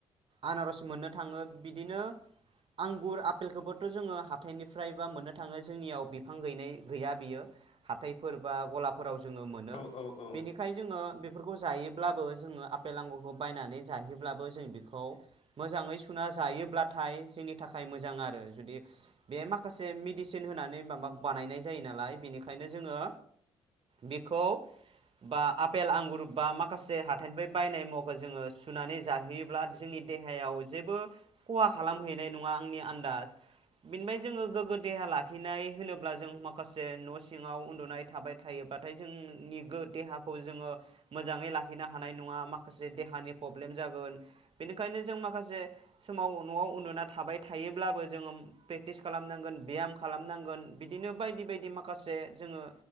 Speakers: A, on the right; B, on the left.
A: आनारस मोननो थाङो बिदिनो आंगुर आफेलखौबोथ' जोङो हाथााइनिफ्राय बा मोननो थाङो जोंनियाव बिफां गैनाय गैया बियो हाथायफोर बा गलाफोराव जोङो मोनो
B: औ औ औ
A: बेनि खाय जोङो बेफोरखौ जायो जायोब्लाबो आ आंगुर बायनानै जायोब्लाबो जों बेखौ मोजाङै सुना जायोब्लाथाय जोंनि थाखाय मोजां आरो जुदि बे माखासे मेदिसिन होनानै माबा बानायनाय जायो नालाय बेनिखायनो जोङो बेखौ बा आपेल आंगुर बा म माखासे हाथाइनिफ्राय बायनाय मुवाखौ जोङो सुनानै जाहैयोब्ला जोंनि देहायाव जेबो खहा खालामहैनाय नङा आंनि आन्दाज बेनिफ्राय जोङो गोग्गो देहा लाखिनाय होनोब्ला जों माखासे न' सिङाव उन्दुनाय थाबाय थायोब्लााथाय जोंनि देहाखौ जोङो मोजाङै लाखि लाखिनो हानाय नङा माखासे देहानि प्रब्लेम जागोन बेनिखायनो जों माखासे समाव न'आव उन्दुना थाबाय थायोब्लाबो जोङो प्रेकटिस खालामनांगोन ब्याम खालामनांगोन बिदिनो बायदि बायदि माखासे जोङो